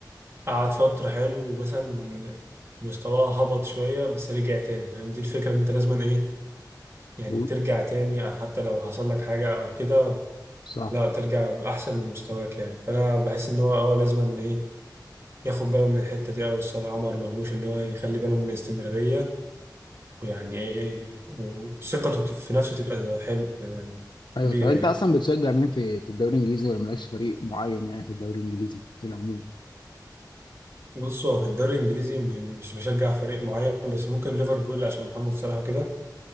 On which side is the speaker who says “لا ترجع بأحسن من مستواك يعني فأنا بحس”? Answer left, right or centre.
Right